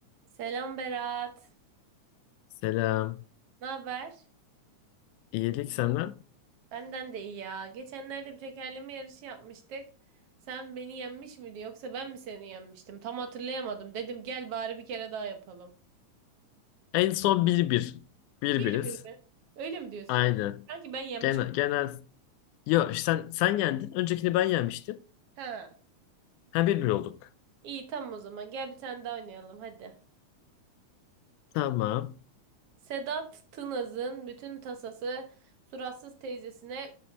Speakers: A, on the right; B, on the left.
A: Selam Berat.
B: Selam.
A: Ne haber?
B: İyilik senden.
A: Benden de iyi ya. Geçenlerde bir tekerleme yarışı yapmıştık. Sen beni yenmiş miydin yoksa ben mi seni yenmiştim? Tam hatırlayamadım. Dedim gel bari bir kere daha yapalım.
B: En son bir bir bir
A: Bir
B: biriz
A: gün mü? Öyle mi diyorsun?
B: Aynen.
A: Sanki ben yenmiştim.
B: Genel, genel. Yo sen sen yendin. Öncekini ben yenmiştim.
A: Ha.
B: Ha bir bir olduk.
A: İyi tamam o zaman. Gel bir tane daha oynayalım hadi.
B: Tamam.
A: Sedat Tınaz'ın bütün tasası suratsız teyzesine